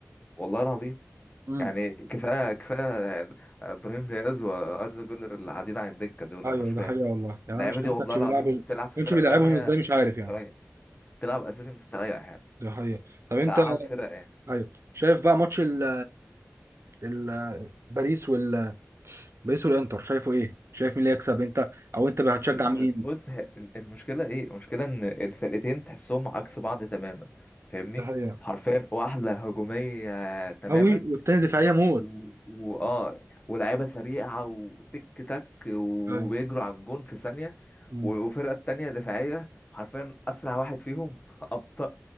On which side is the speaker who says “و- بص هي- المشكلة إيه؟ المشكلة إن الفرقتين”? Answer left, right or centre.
Left